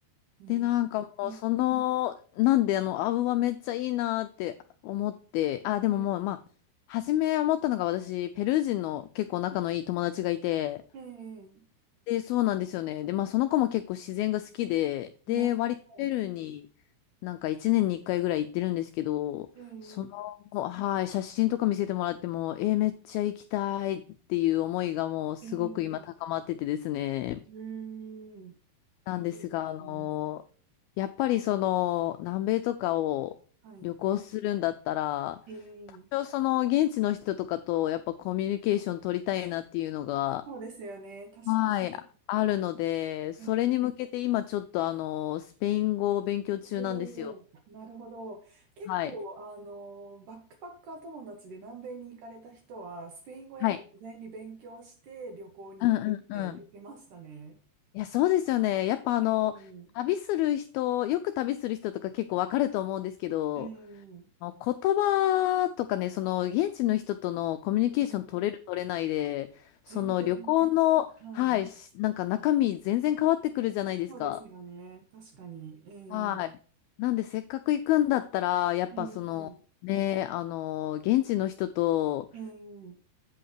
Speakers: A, on the right; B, on the left.
A: う
B: で、なんかもうその、
A: ん。ええ
B: なんであの、アブはめっちゃいいなって思って、あ、でももうまあ、
A: え
B: 初め思ったのが私、ペルー人の結構仲のいい友達がいて、
A: えええ
B: で、そうなんですよね。で、まあその子も結構自然が好きで、で、
A: なるほど。
B: 割とペルーになんか1年に1回ぐらい行ってるんですけど、
A: ええ、
B: その、はい、写真とか見せてもらっても、えーめっちゃ行きたいっていう思いがもうすごく今高まっててですね。
A: ええ、うーん。
B: なんですが、
A: いいですね。
B: あの、やっぱりその南米とかを旅行するんだったら、
A: はい。ええ、
B: 多少その現地の人とかとやっぱコミュニケーション取りたいなっていうのが、
A: そうですよね。確かに。
B: はい、あるので、それに向けて今ちょっとあの、
A: ええ、
B: スペイン語を勉強中なんですよ。
A: おお、なるほど。結構、
B: はい。
A: あの、バックパッカー友達で南米に行かれた人は、スペイン語やっぱり事前に勉強して旅行に行くって言ってましたね。
B: はい。うんうんうん。いや、そうですよね。やっぱあの、
A: ええ、
B: 旅する人、よく旅する人とか結構わかると思うんですけど、
A: ええ、う
B: あの言葉とかね、その現地の人とのコミュニケーション取れる取れないで、
A: ん。全然ね。
B: その旅行の、
A: はい。
B: はい、しなんか中身全然変わってくるじゃないですか。
A: そうですよね。確かに。ええ、
B: はい。なんで、せっかく行くんだったら、やっぱその、
A: ええ。
B: ね、あの、現地の人と、
A: ええ